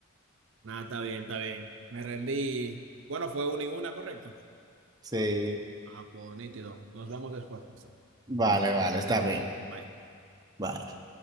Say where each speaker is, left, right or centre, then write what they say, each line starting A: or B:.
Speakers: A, on the right; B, on the right.
A: Nada, está bien, está bien. Me rendí. Bueno, fue una y una, correcto.
B: Sí.
A: Ah, pues nítido. Nos vemos después, Cristóbal.
B: Vale, vale, está bien.
A: Bye.
B: Bye.